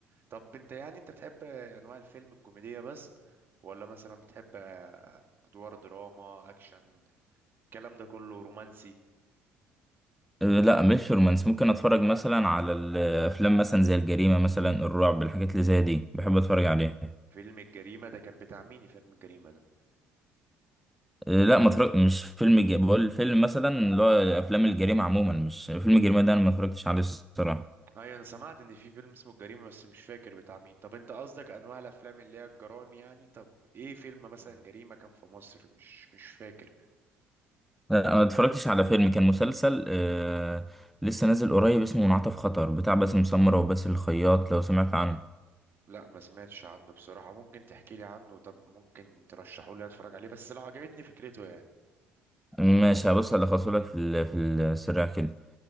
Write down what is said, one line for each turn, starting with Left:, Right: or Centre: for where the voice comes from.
Right: طب انت يعني انت بتحب انواع الفيلم الكوميدية بس ولا مثلا بتحب ادوار دراما اكشن الكلام ده كله رومانسي
Centre: أه لا مش رومانس ممكن اتفرج مثلا على الافلام مثلا زي الجريمة مثلا الرعب الحاجات اللي زي دي بحب اتفرج عليها
Right: فيلم الجريمة ده كان بتاع مين فيلم الجريمة ده
Centre: أه لا ما اتفرج مش فيلم ج... بقول فيلم مثلا اللي هو افلام الجريمة عموما مش فيلم الجريمة ده انا ما اتفرجتش عليه الصراحة
Right: ايوه انا سمعت ان في فيلم اسمه الجريمه بس مش فاكر بتاع مين طب انت قصدك انواع الافلام اللي هي الجرائم يعني طب ايه فيلم مثلا جريمه كان في مصر مش مش فاكر
Centre: لا، انا اتفرجتش على فيلم كان مسلسل آه لسه نازل قريب اسمه منعطف خطر بتاع باسم سمرة وباسل الخياط لو سمعت عنه
Right: لا ما سمعتش عنه بصراحه ممكن تحكي لي عنه طب ممكن ترشحه لي اتفرج عليه بس لو عجبتني فكرته يعني
Centre: ماشي هبص الخصه لك في ال- في السريع كده